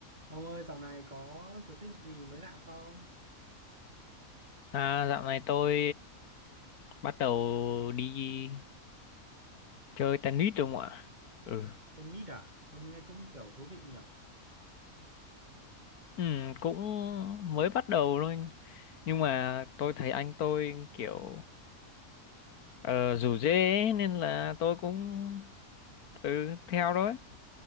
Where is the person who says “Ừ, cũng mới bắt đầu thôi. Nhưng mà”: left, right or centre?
Left